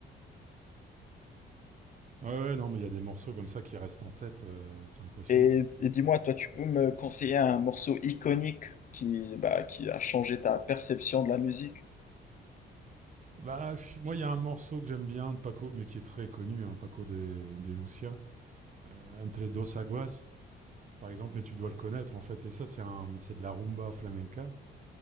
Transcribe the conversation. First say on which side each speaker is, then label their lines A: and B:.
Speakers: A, on the right; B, on the left.
A: ouais, non, mais il y a des morceaux comme ça qui restent en tête. euh, c'est impressionnant.
B: Et, et dis-moi, toi, tu peux me conseiller un morceau iconique qui, bah, qui a changé ta perception de la musique?
A: Bah, pff, moi, il y a un morceau que j'aime bien de Paco, mais qui est très connu, hein, Paco des, des Lucia, euh, Entre dos aguas, par exemple, mais tu dois le connaître, en fait, et ça, c'est un- c'est de la rumba flamenca.